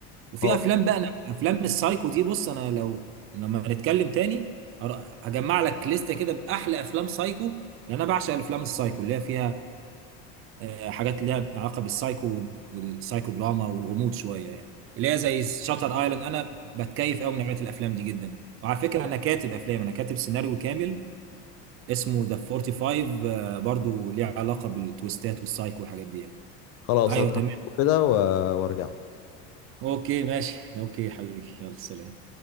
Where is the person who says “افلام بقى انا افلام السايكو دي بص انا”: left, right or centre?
Right